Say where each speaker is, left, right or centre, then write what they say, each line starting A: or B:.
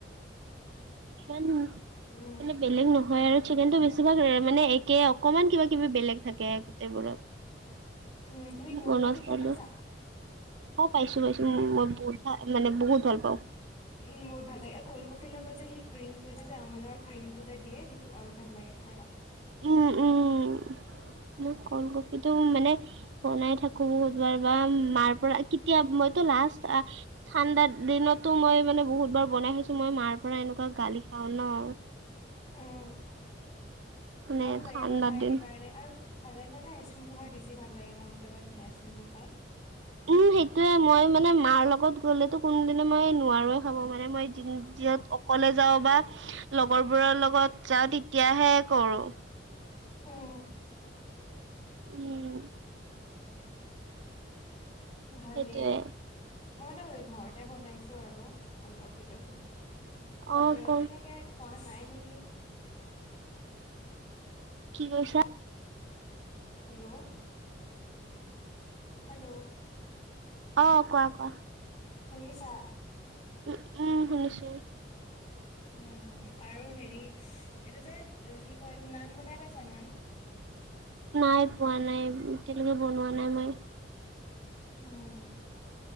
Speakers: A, on the right (about 85°); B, on the left (about 30°).
A: <unintelligible>
B: উম
A: মানে বেলেগ নহয় আৰু, চিকেনটো বেছিভাগ মানে একে অকমান কিবা-কিবি বেলেগ থাকে। গোটেই বোৰত,
B: উম তুমি ক'ল্ড
A: ব'নাছ
B: কফি খাই
A: পালোঁ।
B: পাইছা
A: অ পাইছো পাইছো মই বহুত ভাল মানে বহুত ভাল পাওঁ
B: <inaudible> উম বহুত ভাল লাগে। কল্ড কফিৰ লগত যে সেই ক্ৰিম যদি যে আমুললৰ ক্ৰিমটো যে দিয়ে সেইটো আৰু ভাল লাগে খাই।
A: উম উম মোৰ কল্ড কফিটো মানে বনাই থাকো <unintelligible> মাৰ পৰা কেতিয়া মইতো লাষ্ট ঠাণ্ডাৰ দিনতো মই মানে বহুতবাৰ বনাই খাইছোঁ মই মাৰ পৰা এনেকুৱা গালি খাওঁ ন।
B: উম
A: মানে
B: ভাল লাগে
A: ঠাণ্ডাৰ
B: ন খাই
A: দিন
B: সেইকাৰণে আৰু ঠাণ্ডা দিনতে আইচক্ৰীমটো খাই বেছি ভাল লাগে, মন কৰিবা তুমি আইচক্ৰীমবোৰ খাই।
A: উম সেইটোয়ে মই মানে মাৰ লগত গ'লেতো কোন দিন মই মই নোৱাৰো খাব মানে মই যিত অকলে যাওঁ বা লগৰবোৰৰ লগত যাওঁ তেতিয়াহে কৰো।
B: উম।
A: উম
B: ভালে।
A: সেইটোৱে
B: মইতো এই ঘৰতে বনাইছোঁ আৰু কল্ড কফিটো। বাহিৰত
A: অ ক
B: তেনেকে খোৱা নাই নেকি।
A: কি কৈছা?
B: Hello hello.
A: অ কোৱা কোৱা।
B: শুনিছা?
A: উ উম শুনিছো।
B: উম আৰু হেৰি এইটো যে কি কয় এইটো নান বনাই পাইছা নান?
A: নাই পোৱা না, ই এতিয়ালৈকে বনোৱা নাই মই।
B: উম